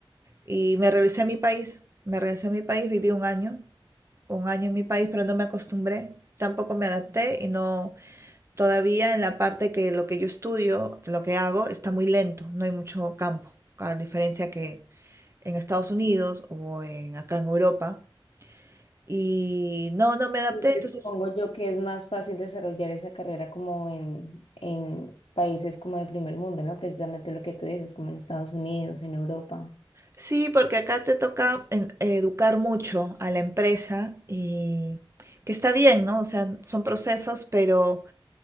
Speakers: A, on the right; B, on the left.
A: Y me regresé a mi país, me regresé a mi país, viví un año, un año en mi país, pero no me acostumbré, tampoco me adapté y no, todavía en la parte que lo que yo estudio, lo que hago, está muy lento, no hay mucho campo, a diferencia que en Estados Unidos o en, acá en Europa. Y no, no me adapté,
B: Es que
A: entonces
B: supongo yo que es más fácil desarrollar esa carrera como en, en países como de primer mundo, ¿no? Precisamente lo que tú dices, como en Estados Unidos, en Europa.
A: Sí, porque acá te toca en- eh, educar mucho a la empresa y que está bien, ¿no? O sea, son procesos, pero